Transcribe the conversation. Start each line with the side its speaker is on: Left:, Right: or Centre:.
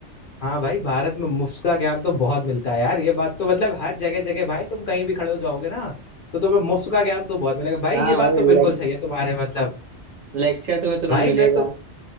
Left: हाँ भाई भारत में मुफ्त का ज्ञान तो बहुत मिलता है यार ये बात तो मतलब हर जगह जगह भाई तुम कहीं भी खड़े हो जाओगे ना तो तुम्हें मुफ्त का ज्ञान तो बहुत मिलेगा भाई
Right: हाँ
Left: ये
Right: भाई
Left: बात तो
Right: लेक्चर
Left: बिल्कुल सही है तुम्हारे मतलब
Right: लेक्चर तुम्हें तुरंत
Left: भाई
Right: मिलेगा
Left: मैं तो